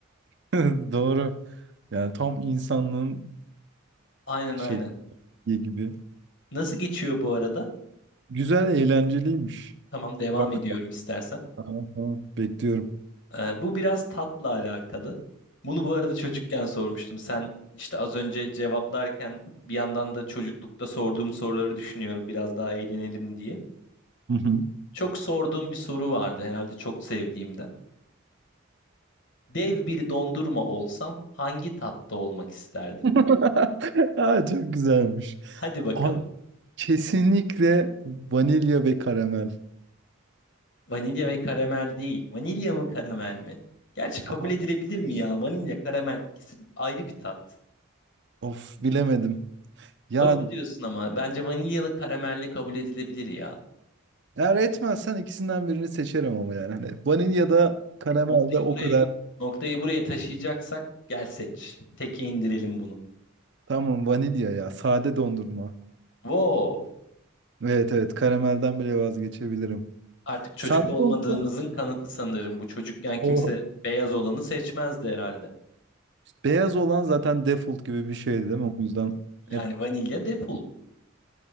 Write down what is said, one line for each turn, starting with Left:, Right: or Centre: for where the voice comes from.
Right: <laughs> Doğru. Yani tam insanlığın
Left: Aynen
Right: şey
Left: aynen.
Right: gibi.
Left: Nasıl geçiyor bu arada?
Right: Güzel, eğlenceliymiş.
Left: Tamam devam
Right: Bak,
Left: ediyorum istersen.
Right: tamam, tamam. Bekliyorum.
Left: Ee, bu biraz tatla alakalı. Bunu bu arada çocukken sormuştum. Sen işte az önce cevaplarken bir yandan da çocuklukta sorduğum soruları düşünüyorum biraz daha eğlenelim diye.
Right: Hı hı.
Left: Çok sorduğum bir soru vardı herhalde çok sevdiğimden. Dev bir dondurma olsan hangi tatta olmak isterdin?
Right: <laughs> Aa, çok güzelmiş.
Left: Hadi bakalım.
Right: Abi, kesinlikle vanilya ve karamel.
Left: Vanilya ve karamel değil. Vanilya mı karamel mi? Gerçi kabul
Right: Aa,
Left: edilebilir mi ya? Vanilya, karamel ikisi ayrı bir tat.
Right: of bilemedim. Yani.
Left: Doğru diyorsun ama bence vanilyalı karamelli kabul edilebilir ya.
Right: Eğer etmezsen ikisinden birini seçerim ama yani. Hani vanilya da karamel
Left: Noktayı
Right: de o
Left: buraya
Right: kadar.
Left: noktayı buraya taşıyacaksak gel seç. Teke indirelim bunu.
Right: Tamam vanilya ya. Sade dondurma.
Left: Wow.
Right: Evet evet karamelden bile vazgeçebilirim.
Left: Artık çocuk
Right: Sade
Left: olmadığımızın
Right: dondurma
Left: kanıtı sanırım bu. Çocukken kimse
Right: o
Left: beyaz olanı seçmezdi herhalde.
Right: beyaz olan zaten default gibi bir şeydi değil mi? O yüzden
Left: Yani
Right: hep
Left: vanilya defol.